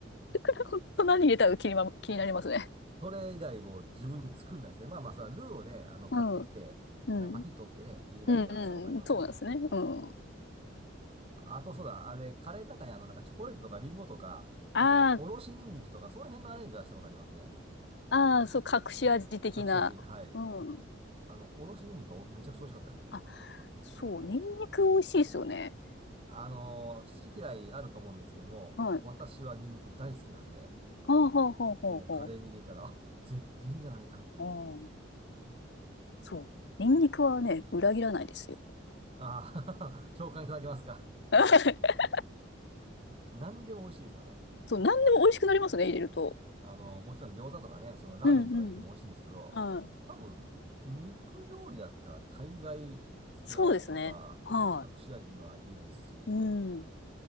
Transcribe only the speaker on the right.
それ以来もう自分で作んないですね。まあまあ、それはルーをね、あの、買ってきて、
なんかパキッと取ってね、入れたりはしたことありますけども。
うん。
そうか。あとそうだ。あれ、カレーの中にあの、なんかチョコレートとかリンゴとか、
あと、おろしニンニクとか、その辺のアレンジはしたことありますね。
隠し味。はい。
あの、おろしニンニクはめちゃくちゃ美味しかったですね。
あの、好き嫌いあると思うんですけども、
私はニンニク大好きなんで、
もうカレーに入れたら、あ、絶品じゃないかみたいな。
ああ、<laughs> 共感いただけますか。
何でも美味しいですよね。
あの、もちろん餃子とかね、そのラーメンとか入れても美味しいんですけど、
多分、肉料理だったら大概付け合わせとか隠し味にはいいですし、